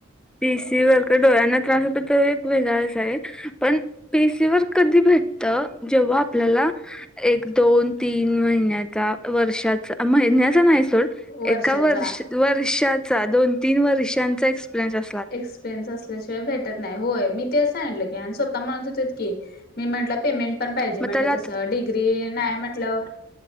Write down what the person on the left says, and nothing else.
वर्षाचा
एक्सपिरियन्स असल्याशिवाय भेटत नाही. होय मी ते सांगलं की आणि स्वतः होतत होतीत की मी म्हटलं पेमेंट पण पाहिजे
म्हटलं
तसं डिग्री नाही म्हटल्यावर